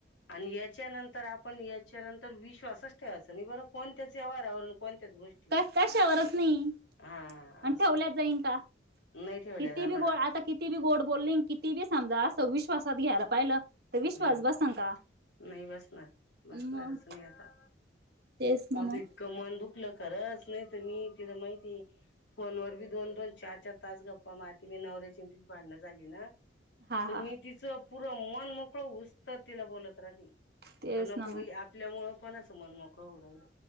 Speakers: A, on the left; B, on the right.
A: आणि याच्यानंतर आपण याच च्यानंतर विश्वासच ठेवाय नाही बरं कोणत्याच व्यवहारावर कोणत्याच गोष्टीवर
B: कशावरच नाही
A: हा
B: आणि
A: असं
B: ठेवल्यात जाईन का
A: नाही ठेवल्या
B: किती
A: जाणार
B: बी गोड आता किती बी गोड बोलली किती बी समजास विश्वासात घ्यायला पाहिलं. तर विश्वास
A: हूं
B: बसन का
A: नाई बसणार बसणारच
B: मग
A: नाई आता
B: तेच ना
A: माझ त
B: मग
A: इतकं मन दुखलं खरंच नाय तुम्ही तिथ माहिती फोनवर बी दोन दोन चार चार तास गप्पा मारती नी नवऱ्याची न तिची भांडणं झाली ना
B: हा
A: तर
B: हा
A: मी तिचा पूर मनमोक हो उस्तर तिला बोलत राहली
B: तेच
A: का नको
B: ना
A: बाई
B: मग
A: आपल्यामुळ कोणाचं मन मोकळं ओ राहिल